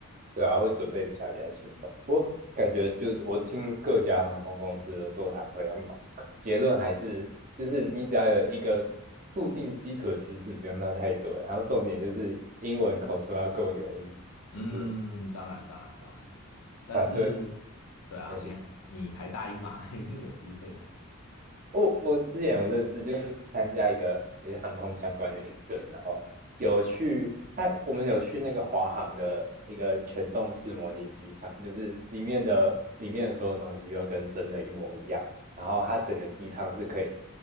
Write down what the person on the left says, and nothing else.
嗯，
当然，当然，当然，但是，
对啊，
你还你还大一嘛，<laughs> 一定有机会的。